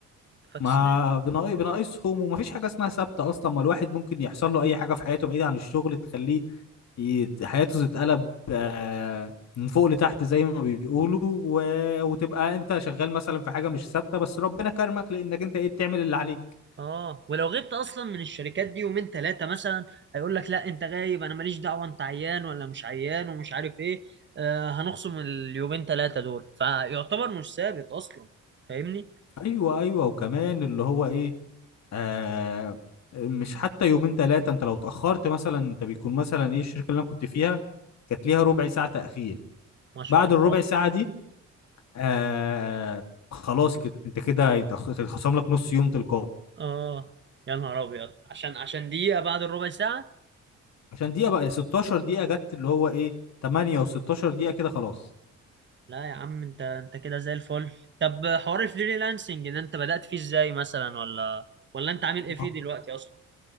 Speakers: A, on the right; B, on the left.
A: فاكس
B: ما بناقص بناقصهم ومفيش حاجه اسمها ثابته اصلا ما الواحد ممكن يحصل له اي حاجه في حياته بعيده عن الشغل تخليه يت- حياته تتقلب آه، من فوق لتحت زي ما بيقولوا و... وتبقى انت شغال مثلا في حاجه مش ثابته بس ربنا كرمك لانك انت ايه بتعمل اللي عليك
A: اه ولو غبت اصلا من الشركات دي يومين ثلاثه مثلا هيقول لك لا انت غايب انا ماليش دعوه انت عيان ولا مش عيان ومش عارف ايه آه هنخصم اليومين ثلاثه دول فيعتبر مش ثابت اصلا فاهمني
B: ايوه ايوه وكمان اللي هو ايه آه مش حتى يومين ثلاثة انت لو اتأخرت مثلا انت بيكون مثلا ايه الشركة اللي انا كنت فيها كانت ليها ربع ساعة تأخير
A: ما شاء
B: بعد
A: الله
B: الربع ساعة دي آه خلاص كده انت كده هيتأخ- هيتخصم لك نص يوم تلقائي
A: اه يا نهار ابيض عشان عشان دقيقه بعد الربع ساعه
B: عشان دقيقة بقى 16 دقيقة جت اللي هو ايه 8 و16 دقيقة كده خلاص
A: لا يا عم انت انت كده زي الفل طب حوار الفريلانسنج ده انت بدأت فيه ازاي مثلا ولا ولا انت عامل
B: ما-
A: ايه فيه دلوقتي اصلا